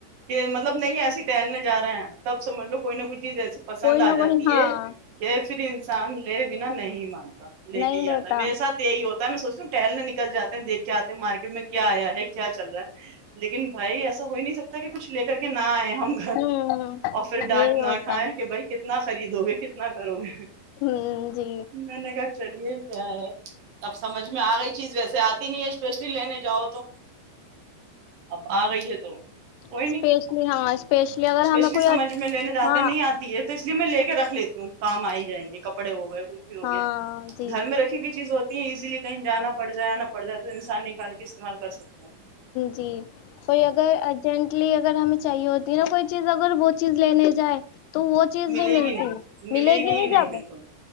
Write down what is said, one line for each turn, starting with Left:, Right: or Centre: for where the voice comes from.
Right: کہ مطلب نہیں ایسی ہلنے ج رہے ہیں تب سے مج لو کوئی نہ کوئی چی ایسی پسند
Left: کوئی
Right: آ
Left: نہ
Right: جاتی
Left: کوئی ہاں
Right: ہے کہ پھر انسان لے بنا نہیں منتے لے
Left: نہیں
Right: کے ہی آتا
Left: لیتا
Right: ہے میرے سات یہی ہوتا ت میں سوچوں ٹہلنے نکل جاتے ہیں دیکھ کے آتے ہیں مارکیٹ میں کیا آیا ہے کیا چل رہا ہے لیکن بھائی ایسا ہو ہی نہیں سکتا کہ کچھ لے کر کے نہ آئے ہم
Left: ہوں
Right: گھر اور پھر ڈانٹ
Left: یہی ہوتا
Right: نہ کھائےیں
Left: ہے
Right: کہ بھائی کتنا خریدو گے کتنا کرو گے
Left: ہوں جی
Right: میں نے کہا چلیے کیا ہے اب سمجھ میں میں آ گئی چیز ویسے آتی نہیں ہے اسپیشلی لینے جاؤ تو اب آ گئی ہے تو کوئی
Left: اسپیشلی
Right: نہیں
Left: ہاں اسپیشلی اگر
Right: اسپیشلی
Left: ہمیں کوئی
Right: سمجھ میں لینے جاتے
Left: ہاں
Right: نہیں آتی ہے تو اس لیے میں لے کے رکھ لیتی ہوں کام آ ہی جائیں گے کپڑے ہو گئے کچھ بھی ہو
Left: ہاں
Right: گیا
Left: جی
Right: گھر میں رکھی ہوئی چیز ہوتی اییلی کہیں جانا پڑ جائےا پڑ جائے کے استعمال کر سکتا
Left: جی کوئی
Right: ہے
Left: اگر ارجنٹ لیے اگر ہمیں چاہیے ہوتی نا کوئی چیز اگر وہ چیز لےنے جائے تو وہ چیز
Right: ملے
Left: بھی ملتی
Right: گی نہیں
Left: ہے ملے گی نہیں
Right: ہی
Left: جدہ
Right: بالکل